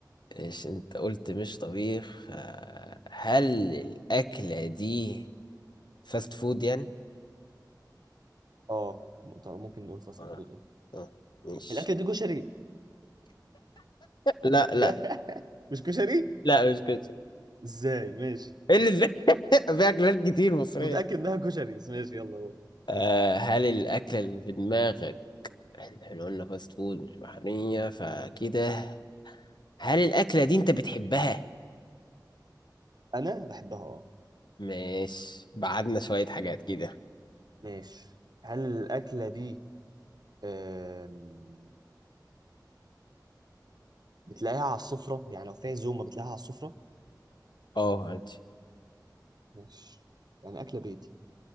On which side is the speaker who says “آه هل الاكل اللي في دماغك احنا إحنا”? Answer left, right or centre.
Left